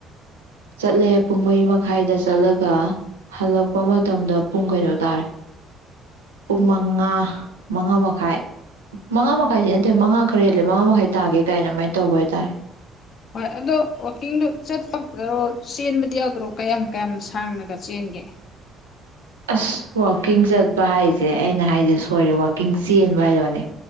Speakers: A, on the right (about 80°); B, on the left (about 50°).
A: ꯆꯠꯂꯦ ꯄꯨꯡ ꯃꯔꯤ ꯃꯈꯥꯏꯗ ꯆꯠꯂꯒ ꯍꯜꯂꯛꯄ ꯃꯇꯝꯗ ꯄꯨꯡ ꯀꯩꯅꯣ ꯇꯥꯔꯦ꯫ ꯄꯨꯡ ꯃꯉꯥ ꯃꯉꯥ ꯃꯈꯥꯏ ꯃꯉꯥ ꯃꯈꯥꯏꯗꯤ ꯅꯠꯇꯦ ꯃꯉꯥ ꯈꯔ ꯍꯦꯜꯂꯦ ꯃꯉꯥ ꯃꯈꯥꯏ ꯇꯥꯒꯦ ꯀꯥꯏꯅ ꯑꯗꯨꯃꯥꯏꯅ ꯇꯧꯕ ꯍꯥꯏꯇꯥꯔꯦ꯫
B: ꯍꯣꯏ ꯑꯗꯣ ꯋꯥꯛꯀꯤꯡꯗꯣ ꯆꯠꯄ ꯈꯛꯇꯔꯣ ꯆꯦꯟꯕꯗꯤ ꯌꯥꯎꯗ꯭ꯔꯣ ꯀꯌꯥꯝ- ꯀꯌꯥꯝ ꯁꯥꯡꯂꯒ ꯆꯦꯟꯒꯦ?
A: ꯑꯁ ꯋꯥꯛꯀꯤꯡ ꯆꯠꯄ ꯍꯥꯏꯁꯦ ꯑꯩꯅ ꯍꯥꯏꯁꯦ ꯁꯣꯏꯔꯦ ꯋꯥꯛꯀꯤꯡ ꯆꯦꯟꯕ ꯍꯥꯏꯗꯣꯅꯦ꯫